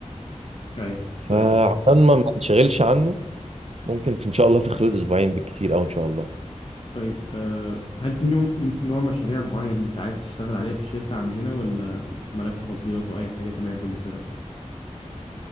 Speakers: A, on the left; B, on the right.
A: ايوه
B: فعشان
A: طيب
B: ما ما نشغلش عنه ممكن في ان شاء الله في خلال اسبوعين بالكتير او ان شاء الله
A: طيب أه هل في نوع نوع مشاريع معين انت عايز تشتغل عليها في الشركه عندنا ولا مالكش تفضيلات واي حاجه تمام بالنسبه لك